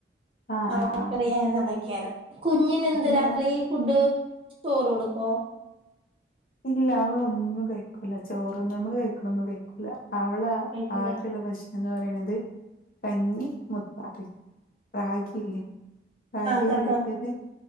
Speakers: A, on the left; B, on the right.
A: ആഹ്
B: ആവക്കറിയഅതൊക്കെയായിരുന്നുകുഞ്ഞിനെന്താരാത്രിഫുഡ്
A: ആഹ് ആഹ് അപ്പൊ ഇങ്ങള്
B: ചോറ് കൊടുപ്പോ
A: ഇല്ലഅവളൊന്നുംകഴിക്കൂല ചോറൊന്നുംനമ്മള്കഴിക്കണൊന്നും കഴിക്കൂലഅവള
B: കഴിക്കില്ല
A: ആവിശ്യള്ളഭഷ് എന്ന് പറിയ്ണത് കഞ്ഞിമുത്താറ് റാഗില്ലേ റാഗി
B: ആ
A: വരക്കിയത്
B: ആ ആ